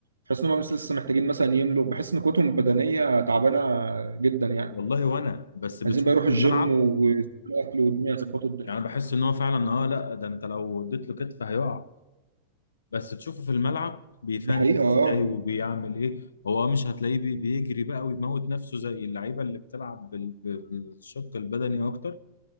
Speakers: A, on the right (about 80°); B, on the left (about 70°).
A: بحس ان هم بس لسه محتاجين مثلا يملوا بحس ان قوتهم البدنيه تعبانه جدا يعني
B: والله وانا بس بتشوفه
A: عايزين بقى يروحوا
B: في
A: الجيم
B: الملعب
A: والاكل والدنيا يظبطوا الدنيا
B: يعني بحس ان هو فعلا اه لا ده انت لو اديت له كتف هيقع بس تشوفه في الملعب بيفن
A: دي حقيقه
B: ازاي
A: اه
B: وبيعمل ايه هو آه، مش هتلاقيه بي- بيجري بقى ويموت نفسه زي اللعيبه اللي بتلعب بال- بالشق البدني اكتر